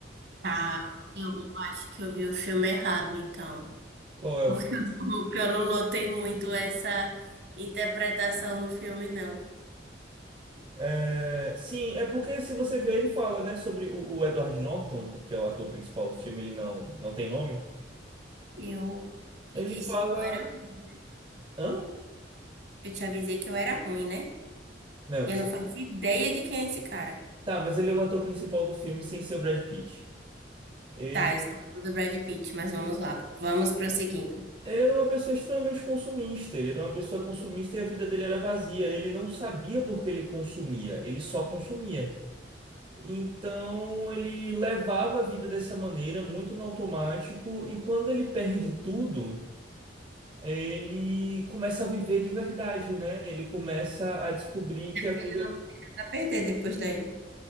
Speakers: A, on the right; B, on the right.
A: Tá, eu acho que eu vi o filme errado, então.
B: Qual é
A: Porque
B: o filme?
A: eu não, <laughs> porque eu não notei muito essa interpretação no filme, não.
B: É, sim, é porque se você vê, ele fala, né, sobre o, o Edward Norton, que é o ator principal do filme, ele não, não tem nome.
A: Eu te
B: Ele
A: disse
B: fala.
A: que eu era ruim, né?
B: Hã?
A: Eu te avisei que eu era ruim, né?
B: Não,
A: E
B: desculpa.
A: eu não faço ideia de quem é esse cara.
B: Tá, mas ele é o ator principal do filme sem ser o Brad Pitt. Ele,
A: Tá, eu sou amigo do Brad Pitt, mas vamos lá. Vamos prosseguindo.
B: ele era uma pessoa extremamente consumista. Ele era uma pessoa consumista e a vida dele era vazia. Ele não sabia por que ele consumia, ele só consumia. Então ele levava a vida dessa maneira, muito no automático, e quando ele perde tudo, ele começa a viver de verdade, né? Ele começa a descobrir que a vida.
A: Ele não vai perder depois daí.